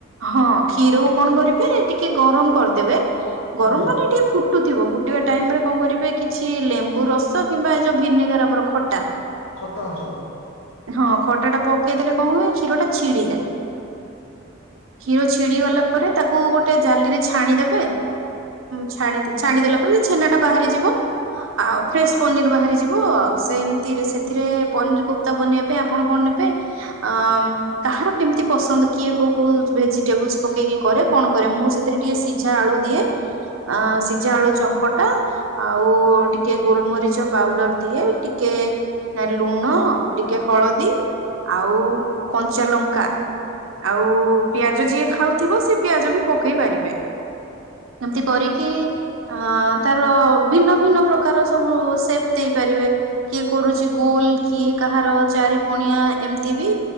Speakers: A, on the right (about 80°); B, on the left (about 85°).
A: ହଁ କ୍ଷୀରକୁ କଣ କରେ - ହେଁ ଟିକେ ଗରମ କରିଦେବେ! ଗରମ
B: ହୁଁ। ହୁଁ।
A: ମାନେ ଟିକେ ଫୁ- ଫୁଟୁଥିବ ଗୁ - ଏବେ ଟାଇମ ରେ କଣ କଣିବେ କି? କିଛି ଲେମ୍ବୁ ରସ କିମ୍ବା ଏ ଯୋଉ ଭିନେଗର ଆମର ଖଟ୍ ଟା
B: ଖଟା ଅଂଶ ଟା
A: ହଁ ଖଟା ଟା ପକେଇଦେଲେ କଣ ହୁଏ କ୍ଷୀର ଟା ଛିଡିଯାଏ, କ୍ଷୀର ଛିଡି ଗଲା ପରେ ତାକୁ ଗୋଟେ ଜାଲିରେ ଛାଣିଦେବେ ଛାଣିଦେଲା ପରେ ଛେନାଟା ବାହାରିଯିବ ଆଉ ଫ୍ରେଶ ପନିର ବାହାରିଯିବ ଆଉ ସେ। ସେଥିରେ ପନିର ପୁକ୍ତା ବନେଇବା ପାଇଁ ଆପଣ କଣ ନେବେ ଆଁ କାହାର କେମିତି ପସନ୍ଦ କିଏ କୋଉ କୋଉ ଭେଜିଟେବୁଲସ ପକେଇକି କରେ କଣ କରେ ମୁଁ ସେଥିରେ ଟିକେ ସିଝା ଆଳୁ ଦିଏ ସିଝା ଆଳୁ ଚକଟା ଆଉ ଟିକେ ଗୋଲମରିଚ ପାଉଡର ଦିଏ ଟିକେ। ଟିକେ ଲୁଣ ଟିକେ ହଳଦୀ ଆଉ କଞ୍ଚା ଲଙ୍କା ଆଉ ପିଆଜ ଯିଏ ଖାଉଥିବ ସେ ପିଆଜ ବି ପକେଇ ପାରିବେ ଏମିତି କରିକି ଆଁ ତାର ଭିନ୍ନ ଭିନ୍ନ ପ୍ରକାର ସବୁ ସେପ ଦେଇପାରିବେ। କିଏ କରୁଛି ଗୋଲ କିଏ କାହାର ଚାରି କଣିଆ ଏମିତି ବି